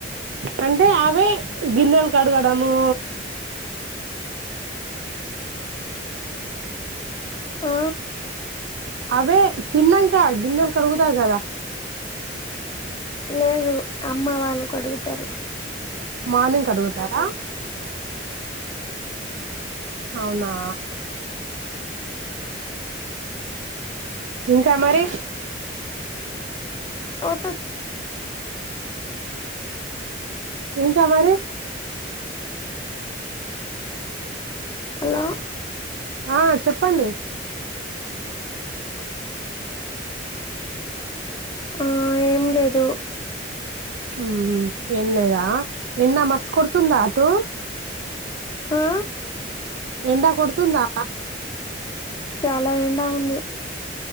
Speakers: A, on the right; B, on the left.
A: అంటే అవి గిన్నెలు కడగడము
B: ఆ
A: అవే తిన్నాంక గిన్నెలు కడుగుతారు కదా
B: లేదు అమ్మ వాళ్ళు అడుగుతారు
A: మార్నింగ్ కడుగుతారా అవునా ఇంకా మరి
B: ఓత
A: ఇంకా మరి
B: హలో
A: ఆ చెప్పండి
B: ఆ ఏం లేదు
A: ఉమ్ ఏం లేదా ఎండ మస్తు కొడుతుందా అటు
B: ఆ
A: ఎండ కొడుతుందా
B: చాలా ఎండా ఉంది